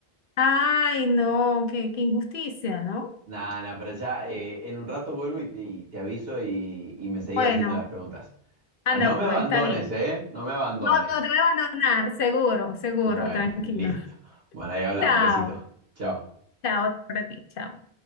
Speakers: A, on the left; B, on the right.
A: Ay, no, qué, qué injusticia, ¿no?
B: Nada, nada, pero ya eh, en un rato vuelvo y te, y te aviso y, y me seguí
A: Bueno,
B: haciendo las preguntas.
A: anda
B: No me
A: pues,
B: abandones,
A: está bien.
B: ¿eh? No me abandones.
A: No, no te voy a abandonar, seguro, seguro,
B: Bueno,
A: tranquilo.
B: listo. Bueno, ahí hablamos.
A: Chao,
B: Un besito. Chao.
A: chao para ti, chao.